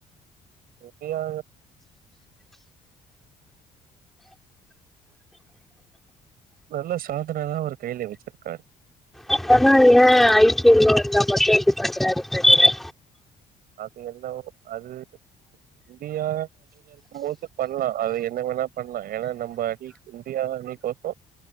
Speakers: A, on the right (about 70°); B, in the centre.
A: <unintelligible> நல்ல சாதன தா அவுரு கையில வச்சிருக்காரு
B: அப்பனா எய ஐ பி எல் ன்னு வந்தா. மட்டு இப்படி பண்றான்னு தெரில
A: அது என்னவோ அது முடியா இருக்கும் போது பண்ணலா அது என்ன வேணா பண்ணலா ஏன்னா நம்ம அணி இந்தியா அணிக்கோசர